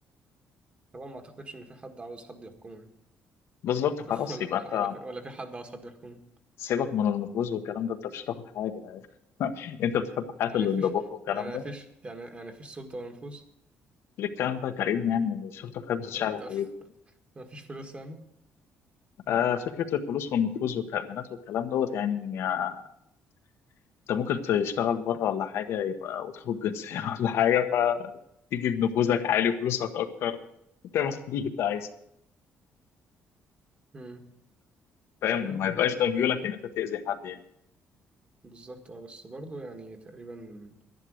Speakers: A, on the right; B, on the left.
A: طبعا ما اعتقدش ان في حد عاوز حد يحكمه
B: بالظبط خلاص
A: <laughs> ولا
B: يبقى
A: في ح-
B: أنت
A: ولا في ولا في حد عاوز حد يحكمه
B: سيبك من المطبوز والكلام ده انت مش هتاخد حاجه يعني <laughs> انت بتحب حياه
A: يعني
B: الانضباط
A: مفيش
B: والكلام
A: يعني
B: ده
A: مفيش يعني يعني مفيش سلطة ولا نفوذ
B: ليه الكلام ده يا كريم يعني شرطه خدمه الشعب
A: <laughs>
B: يا حبيبي
A: مفيش فلوس يعني
B: آه فكره الفلوس والنفوذ والتامينات والكلام دوت يعني آه انت ممكن تشتغل بره ولا حاجه يبقى وتاخد جنسيه <laughs> ولا حاجه فتيجي نفوذك عالي فلوسك اكتر تعمل كل <laughs> اللي انت عايزه
A: امم
B: فاهم
A: تمام
B: ما يبقاش ده
A: جميل
B: ميولك ان انت تاذي حد يعني
A: بالظبط اه بس برضه يعني تقريبا